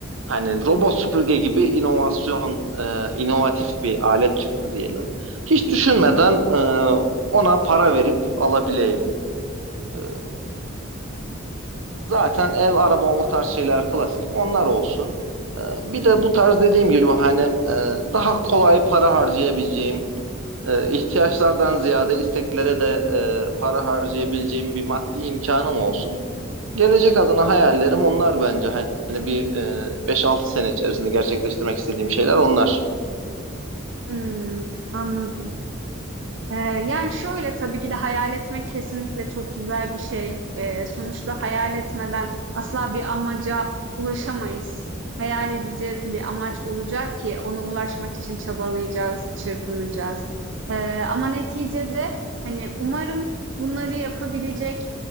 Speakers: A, on the right; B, on the right.
A: Hani robot süpürge gibi inovasyon, e, inovatif bir alet çıktı diyelim. Hiç düşünmeden e, ona para verip alabileyim. E, Zaten ev, araba o tarz şeyler klasik. Onlar olsun. Ee, bir de bu tarz dediğim gibi hani e, daha kolay para harcayabileceğim, e, ihtiyaçlardan ziyade isteklere de e, para harcayabileceğim bir maddi imkanım olsun. Gelecek adına hayallerim onlar bence. Hani bir e, 5-6 sene içerisinde gerçekleştirmek istediğim şeyler onlar.
B: Hmm, anladım. Eee, yani, şöyle, tabii ki de hayal etmek kesinlikle çok güzel bir şey. Eee, sonuçta hayal etmeden asla bir amaca ulaşamayız. Hayal edeceğiz, bir amaç olacak ki ona ulaşmak için çabalayacağız, çırpınacağız. Eee, ama neticede, hani, umarım bunları yapabilecek,